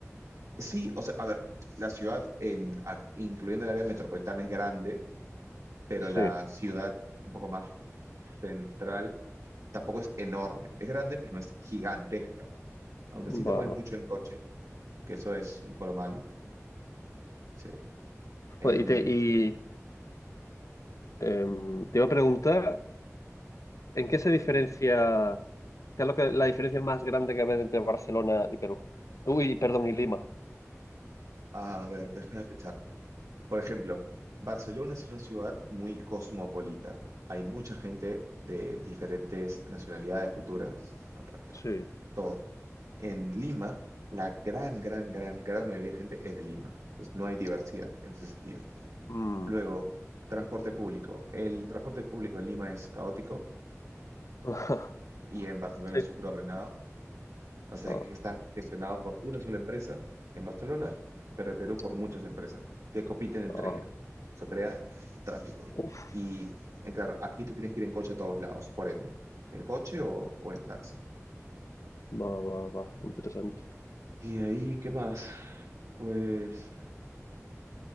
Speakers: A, on the right; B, on the left.
A: Sí, o sea, a ver, la ciudad, en, a- incluyendo el área metropolitana, es grande, pero
B: Sí,
A: la ciudad un poco más central tampoco es enorme. Es grande, pero no es gigantesca. Aunque
B: va,
A: sí te mueves
B: va, va.
A: mucho en coche, que eso es un poco lo malo. Sí. En,
B: Bueno, y te, y, em, te iba a preguntar, ¿en qué se diferencia, qué es lo que, la diferencia más grande que ves entre Barcelona y Perú? Uy, perdón, y Lima.
A: a ver, déjame pensar. Por ejemplo, Barcelona es una ciudad muy cosmopolita. Hay mucha gente de diferentes nacionalidades, culturas,
B: Sí.
A: todo. en Lima, la gran, gran, gran, gran mayoría de gente es de Lima. Entonces no hay diversidad en ese sentido.
B: Mm.
A: Luego, transporte público. El transporte público en Lima es caótico
B: <laughs>
A: y en Barcelona
B: Sí.
A: es súper ordenado. O sea,
B: Ah.
A: que está gestionado por una sola empresa en Barcelona, pero en Perú por muchas empresas que compiten entre
B: Ah,
A: ellas. Eso crea tráfico.
B: uf,
A: Y eh, claro, aquí tú tienes que ir en coche a todos lados, por ende. En coche o, o en taxi.
B: va, va, va, interesante.
A: Y de ahí, ¿qué más? Pues